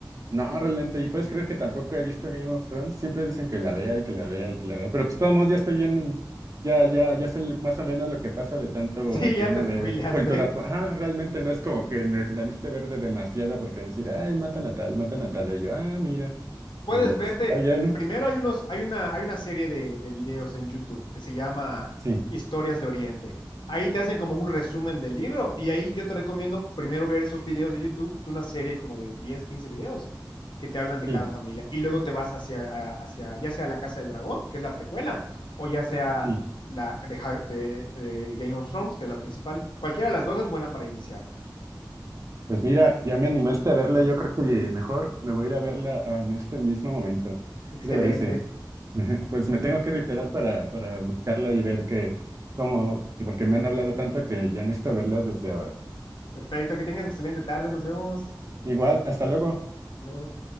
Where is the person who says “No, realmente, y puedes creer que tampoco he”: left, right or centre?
Right